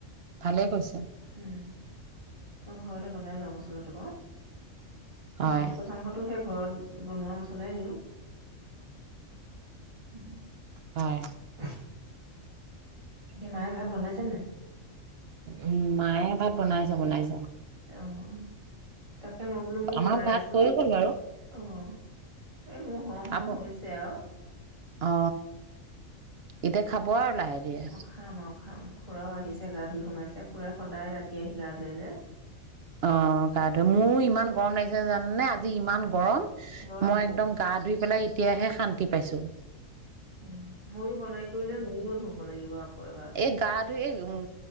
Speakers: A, on the right; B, on the right.
A: ভালেই কৈছো
B: উম মই ঘৰতে বনাই লওঁ মছলাটো বাৰু
A: হয়
B: উ মাংস চাংসটোো সেই ঘৰত বনোৱা মছলাই দিওঁ উম
A: হয়
B: <unintelligible> এতিয়া মায়ে ভাত বনাইছে নে
A: উম মায়ে এ ভাত বনাইছ বনাইছা
B: অ', তাকে মই বোলো মোৰ
A: আমাৰ
B: বনাই
A: ভাত
B: আছো
A: হৈ গ'ল বাৰু
B: আহ এই মোৰ হ হ
A: আপ
B: হৈছে আৰু
A: অ এতিয়া খাব আৰু লাহে ধীৰে
B: অ খাম আও খাম খুৰাও আহিছে, গা ধুই সোমাইছে খুৰাই সদায় ৰাতি আহি গা ধুৱে যে
A: অ গা ধোৱে, মোয়ো ইমান গৰম লাগিছে জানানে আজি ইমান গৰম
B: গৰম
A: মই
B: হয়।
A: একদম গা ধুই পেলাই তেতিয়াহে শান্তি পাইছোঁ
B: উম, ময়ো বনাই কৰি লয় ইও ধুব লাগিব আকৌ এবাৰ
A: এই গা ধুই এই উম